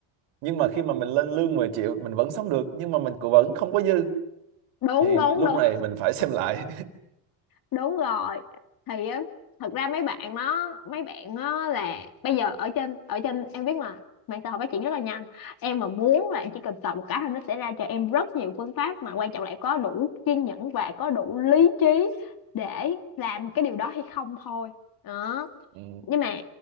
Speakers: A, on the right (about 75°); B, on the left (about 45°).
A: nhưng mà khi mà mình lên lương 10 triệu mình vẫn sống được nhưng mà mình cũng vẫn không có dư
B: đúng
A: thì
B: đúng
A: lúc
B: đúng
A: này mình phải xem lại
B: đúng rồi thì á thật ra mấy bạn nó mấy bạn nó là bây giờ ở trên ở trên em biết mà mạng xã hội phát triển rất là nhanh em mà muốn là em chỉ cần sợ một cái thôi nó sẽ ra cho em rất nhiều phương pháp mà quan trọng là em có đủ kiên nhẫn và có đủ lý trí để làm cái điều đó hay không thôi đó
A: <laughs> ừ,
B: nhưng mà